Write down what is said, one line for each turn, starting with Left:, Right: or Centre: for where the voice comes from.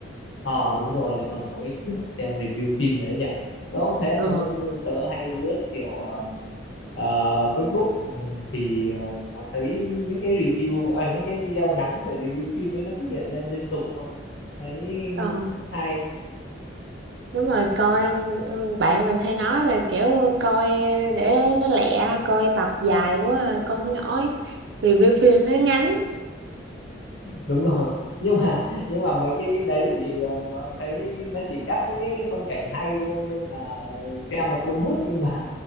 Left: Ờ đúng rồi, lại còn có cái kiểu xem review phim đấy nhỉ. Tớ không thế,
Right: ờ
Left: tớ tớ hay lướt kiểu à, à, Facebook Ừ, thì à, nó thấy những cái review à, những cái video ngắn về review phim ấy nó cứ hiện lên liên tục thôi. Thấy
Right: ờ
Left: cũng hay.
Right: đúng rồi coi ừ, bạn mình hay nói là kiểu coi để nó lẹ coi tập dài quá à, coi không nổi review phim nó ngắn
Left: đúng rồi nhưng mà nhưng mà mấy cái đấy thì ờ, nó thấy nó chỉ cắt những cái phân cảnh hay thôi nên là xem là cuốn hút nhưng mà